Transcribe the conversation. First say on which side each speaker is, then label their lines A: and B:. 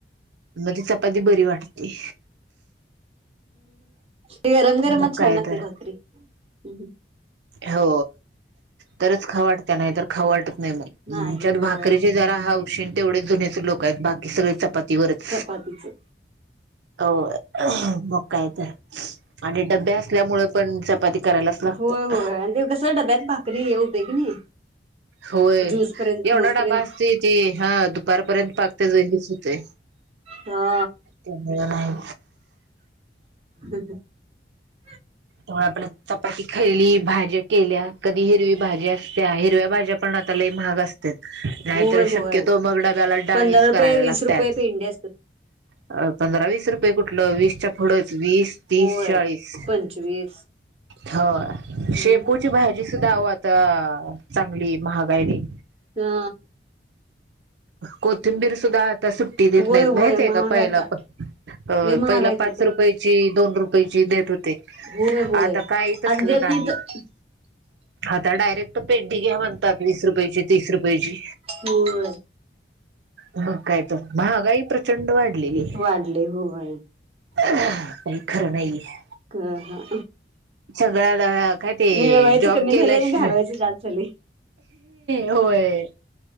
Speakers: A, on the right; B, on the right.
A: म्हणजे च कधी बरी वाटते.
B: ते गरम गरमच
A: मग काय
B: छान लागते
A: तर
B: भाकरी हम्.
A: हो तरच खाऊ वाटत नाही तर खाऊ वाट त नाही मग.
B: नाही
A: आमच्यात
B: होय
A: भाकरीचे जरा हौशीने तेवढेच जुनेच लोक आहेत, बाकी सगळे चपातीवरच.
B: चपातीच
A: होय. काय तर आणि डबे असल्यामुळे पण चपाती करायलाच लागत्या.
B: होय होय आणि ते कस डब्यात भाकरी हे हो तंय का नाही.
A: होय
B: ज्यूस पर्यंत
A: एवढा
B: खाऊस पर्यंत
A: डबा असतय ते हा दुपारपर्यंत पाक तेज हेच होते.
B: हा
A: नाही.
B: ह ह ह.
A: हो आपल्यात चपाती खाल्ली, भाज्या केल्या, कधी हिरवी भाज्या असत्या, हिरव्या भाज्या पण आता लय महाग अस त्यात नाहीतर
B: होय होय
A: शक्यतो मग डब्याला डाळीचा
B: पंधरा रुपये
A: कराव्या
B: वीस
A: लागत्यात.
B: रुपये पेंडे असतात
A: अ पंधरा-वीस रुपये कु ठल वीस च्या पुढेच वीस, तीस,
B: होय
A: चाळीस.
B: पंचवीस
A: हाय
B: हम्म
A: शेपूची भाजी सुधा हो आता चांगली महागायली.
B: हा.
A: कोथिंबीर सुद्धा आता सुट्टी देत
B: होय
A: नाहीत
B: होय
A: माहित आहे
B: महाग
A: का? पहिला
B: आता
A: प पहिला
B: लय महाग आहे
A: पाच
B: ते पण
A: रुपयाची दोन रुपय पैसे देत हो ते.
B: होय होय
A: आता काहीच तसलं
B: देत
A: नाही.
B: तर
A: आता डायरेक्ट पेंडी घ्या म्हणतात वीस रुपयाची तीस रुपयेची.
B: होय.
A: मग काय तर महागाई प्रचंड वाढलेली आहे.
B: वाढले होय
A: हा काय खरं नाही बाई.
B: घा.
A: सगळ्याला काय ते
B: मिळवायचं
A: जॉब
B: कमी
A: केल्याशिवाय
B: झालय आणि घालवायच जास्त झालय.
A: होय.